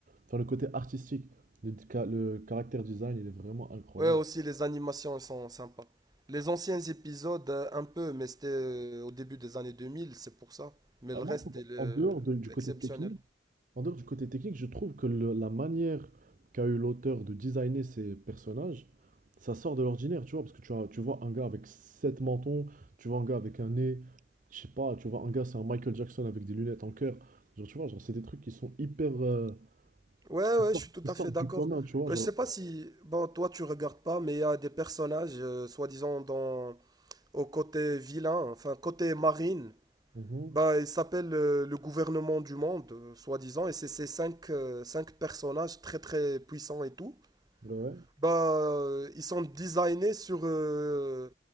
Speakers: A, on the right; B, on the right.
A: Enfin, le côté artistique. Le, ca- le caractère design, il est vraiment incroyable.
B: Ouais, aussi les animations elles sont sympas. Les anciens épisodes, euh, un peu, mais c'était euh, au début des années 2000, c'est pour ça. Mais
A: Ah,
B: le
A: moi,
B: reste,
A: je trouve,
B: il est euh,
A: en dehors de- du
B: exceptionnel.
A: côté technique, En dehors du côté technique, je trouve que le- la manière qu'a eu l'auteur de designer ses personnages, ça sort de l'ordinaire, tu vois, parce que tu, as, tu vois un gars avec sept mentons, tu vois un gars avec un nez, je sais pas, tu vois un gars c'est un Michael Jackson avec des lunettes en cœur, genre tu vois, genre c'est des trucs qui sont hyper, euh,
B: Ouais,
A: qui
B: ouais,
A: sortent
B: je suis tout
A: qui
B: à
A: sortent
B: fait d'accord.
A: du commun, tu vois, genre.
B: Euh, je sais pas si, bon, toi tu regardes pas, mais il y a des personnages, euh, soi-disant, dans au côté vilain, enfin côté marine.
A: Mhm.
B: Bah, il s'appelle euh, le gouvernement du monde, euh, soi-disant, et c'est ces cinq, euh, cinq personnages très très puissants et tout.
A: ouais.
B: Bah, euh, ils sont designés sur euh,